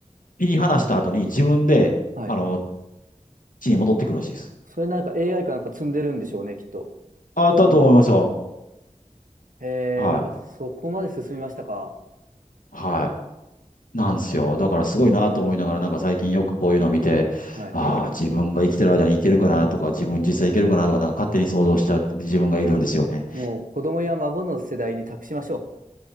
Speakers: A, on the left; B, on the right.
A: 切り離した後に自分で、
B: はい。
A: あの、地に戻ってくるらしいです。
B: それなんか AI かなんか積んでるんでしょうね、きっと。
A: あ、だと思いますよ。
B: へえ、
A: はい。
B: なんかそこまで進みましたか。
A: はい。なんですよ。
B: あ
A: だからすごいなと思いながら、なんか最近よくこういうのを見て、
B: あ、はい。
A: ああ、自分が生きてる間に行けるかなとか、
B: うん
A: 自分実際行けるかなとか、なんか勝手に想像しちゃって自分がいるんですよね。
B: もう子供や孫の世代に託しましょ